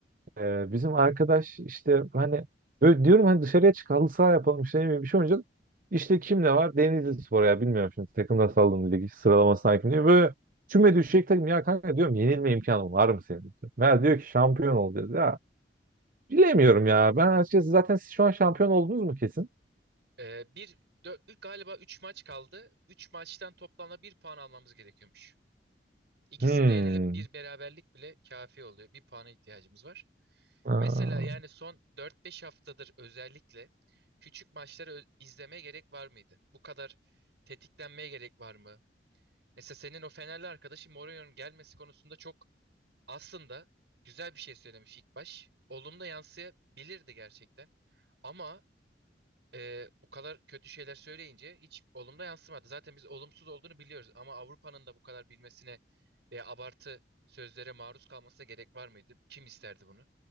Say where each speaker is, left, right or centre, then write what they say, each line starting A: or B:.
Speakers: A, on the right; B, on the right.
A: Ee, bizim arkadaş işte hani böyle diyorum hani dışarıya çık halı saha yapalım işte ne bileyim bir şey oynayacağız. İşte kim ne var? Denizli Spor ya bilmiyorum şimdi takımlar saldım lig sıralamasına hakim değil. Böyle küme düşecek takım ya kanka diyorum yenilme imkanı var mı senin? Meğer diyor ki şampiyon olacağız ya. Bilemiyorum ya ben açıkçası zaten siz şu an şampiyon oldunuz mu kesin?
B: Ee, bir, dö- üç- galiba 3 maç kaldı. 3 maçtan toplamda bir puan almamız gerekiyormuş. İkisinde
A: Hmm.
B: yenilip bir beraberlik bile kafi oluyor. Bir puana ihtiyacımız var.
A: Aa,
B: Mesela yani son dört beş haftadır özellikle küçük maçları ö- izlemeye gerek var mıydı? Bu kadar tetiklenmeye gerek var mı? Mesela senin o Fenerli arkadaşı Mourinho'nun gelmesi konusunda çok Aslında güzel bir şey söylemiş ilk baş. Olumlu yansıyabilirdi gerçekten. Ama e, o kadar kötü şeyler söyleyince hiç olumlu yansımadı. Zaten biz olumsuz olduğunu biliyoruz ama Avrupa'nın da bu kadar bilmesine ve abartı sözlere maruz kalmasına gerek var mıydı? Kim isterdi bunu?